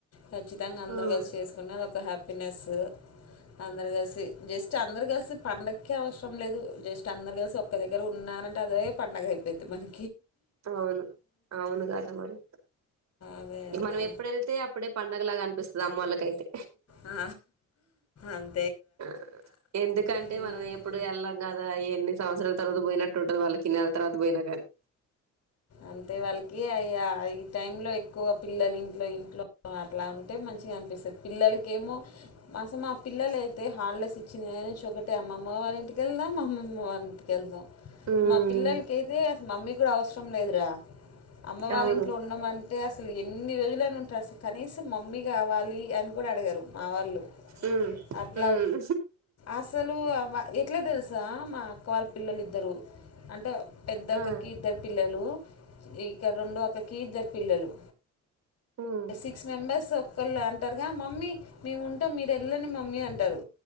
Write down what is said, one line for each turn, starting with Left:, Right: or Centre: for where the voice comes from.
Left: ఖచ్చితంగా అందరుూ
Right: ఉమ్,
Left: కలిసి చేసుకునేది ఒక హ్యాపీనెస్సు అందరు కలిసి జస్ట్ అందరు కలిసి పండగకే అవసరం లేదు జస్ట్ అందరు కలిసి ఒక్క దగ్గర ఉన్నారంటే అదే పండగ అయిపోతుంది మరి
Right: అవును అవును కదా మరి
Left: అదే అదే
Right: మనం ఎప్పుడు వెళ్తే అప్పుడే పండ అనగలాగా అనిపిస్తుంది అమ్ములకైతే
Left: ఆ అ
Right: ఆ ఎందుకంటే
Left: ఉమ్.
Right: మనం ఎప్పుడు వెళ్ళాం కదా ఇవన్ని సంవత్సరం తర్వాత పోయినట్టు ఉంటుంది వాళ్ళకిి నెల తర్వాత పోయినా గానీ
Left: అంతే వాళ్ళకి అ ఈ టైం లో ఎక ఎక్కువ పిల్లలు ఇంట్లో ఇంట్లో బ అట్లా ఉంటే మంచిగా అనిపిస్తుంది పిల్లలకేమో మాస మా పిల్లలు ఐతే అయితే హాలిడేస్ వచ్చిన కాంచి నుంచి ఒకటే అమ్మమ్మ వల్ల ఇంటికి వెళ్దాం అమ్మమ్మ వల్ల ఇంటికి వెళ్దాం
Right: ఉమ్
Left: మా పిల్లలకి అయితే మమ్మీ కూడా అవసరం లేదురా అమ్మ వాళ్ళ
Right: అవును
Left: ఇంట్లో ఉన్నామంటే అసలు ఎన్ని రోజులైనా ఉంటా అసలు కనీసం మమ్మీ కావాలి అని కూడా అడిగారు మా వాళ్ళు
Right: ఉమ్
Left: అట్లా
Right: ఉమ్
Left: అసలు ఆ ఎట్లా తెలుసా మా అక్క వాళ్ళ పిల్లలుఇద్దరూ అంటే పెద్ద
Right: ఆ
Left: అక్కకి ఇద్దరు ఇక రెండు అక్కకి ఇద్దరు పిల్లలు
Right: ఉమ్
Left: సిక్స్ మెంబర్స్ ఒక <unintelligible> టరుగా మమ్మీ మేం ఉంటాం మీరెల్ల ని మమ్మీ అంటారు